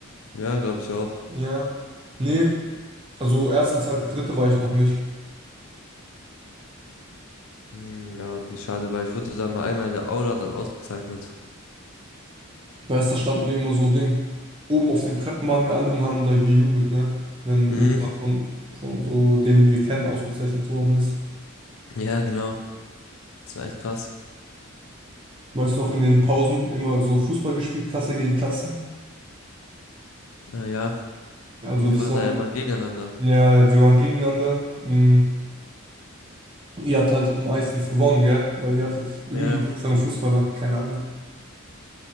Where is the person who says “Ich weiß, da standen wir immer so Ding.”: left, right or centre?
Right